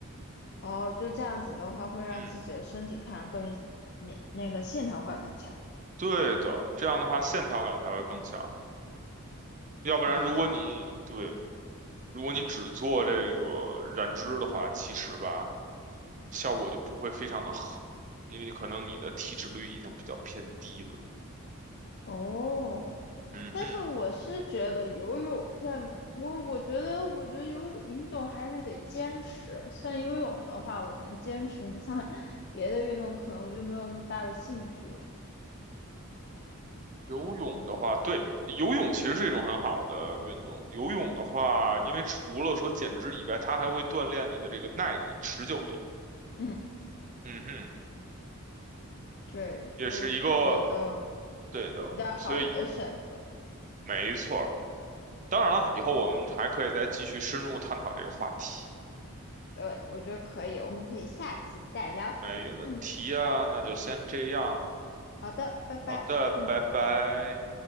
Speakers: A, on the left (about 45°); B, on the right (about 35°).
A: 哦，就这样子的话，会让自己的身体看着更免那个线条感更强。
B: 嗯，对的，这样的话线条感才会更强。要不然，
A: 理解了
B: 如果你对如果你只做这个燃脂的话，其实吧，效果就不会非常的好，因为可能你的体脂率已经比较偏低了。
A: 哦，
B: 嗯哼，
A: 但是我是觉得游泳在某，我我觉得我觉得游泳运动还是得坚持。像游泳的话，我能坚持，你像 <laughs> 别的运动，可能我就没有那么大的兴趣了。
B: 游泳的话，对，游泳其实是一种很好的运动。游泳的话，因为除了说减脂以外，它还会锻炼你的这个耐力、持久力。
A: 嗯，
B: 嗯哼，
A: 对，
B: 也是一个
A: 所以我就觉得
B: 对的，
A: 比较好的选择。
B: 所以没错儿。当然了，以后我们还可以再继续深入探讨这个话题。
A: 对，我觉得可以，我们可以下次再聊。
B: 没问题呀，
A: 嗯，
B: 那就先这样。
A: 好的，拜拜。
B: 好的，
A: 嗯。
B: 拜拜。